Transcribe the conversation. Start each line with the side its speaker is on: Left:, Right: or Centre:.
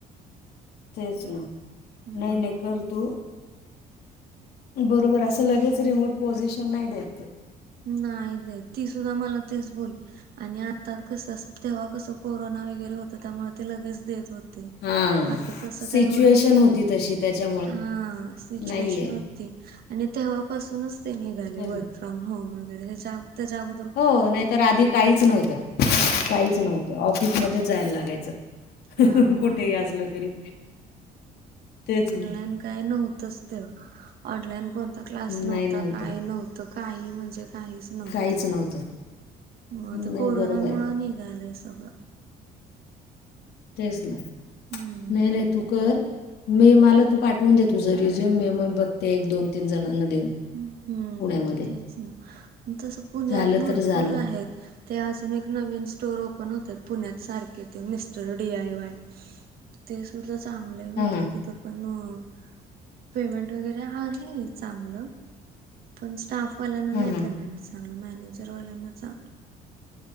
Left: तेच ना
Right: का हम्म
Left: नाही नाही कर तू, बरोबर असं लगेच रिमोट पोझिशन नाही देते.
Right: नाही देत ती सुद्धा मला तेच बोलली, आणि आता कस तेव्हा कसं कोरोना वगैरे होत त्यामुळे ते लगेच देत होत
Left: हां
Right: आता तस
Left: सिच्युएशन
Right: काय एढं हे
Left: होती तशी त्याच्यामुळं
Right: हा सिचुएशन
Left: नाहीये
Right: हो ती. आणि तेव्हापासूनच ते निघाले
Left: तेच
Right: वर्क
Left: ना.
Right: फ्रॉम होम वगैरे त्या जाग
Left: हो नाहीतर आधी काहीच नव्हतं काहीच नव्हतं ऑफिसमधेच जायला लागायचं.
Right: हा मग
Left: कुठेही असलं तरी तेच ना,
Right: पण काय नव्हतच तेव्हा ऑनलाईन कोणता क्लास नव्हता
Left: नाही नव्हतं
Right: काही नव्हतं काही म्हणजे काहीच नव्हत
Left: काहीच नव्हतं
Right: म आता
Left: नाही
Right: कोरोना
Left: बरोबर
Right: मुळं
Left: आहे
Right: निघालंय सगळं
Left: तेच ना
Right: हम्म.
Left: नाही नाही तू कर मी मला तू पाठवून देे तुझ रिझ्युम मी मग बघते एक दोन तीन जणांना देऊन
Right: हम्म
Left: पुण्यामध्ये
Right: तेच ना तस पुण्यात
Left: झालं
Right: भरपूर
Left: तर झालं
Right: आहेत ते अजून एक नवीन स्टोर ओपन होतात पुण्यात सारखे ते मिस्टर डी आय वाय ते सुद्धा चांगले आहे माहित
Left: हां हां
Right: आहे तिथं पण पेमेंट वगैरे आहे चांगलं पण स्टाफवाल्यांना नाही
Left: हां
Right: पेमेंट चांगलं मॅनेजरवाल्यांना चांगलं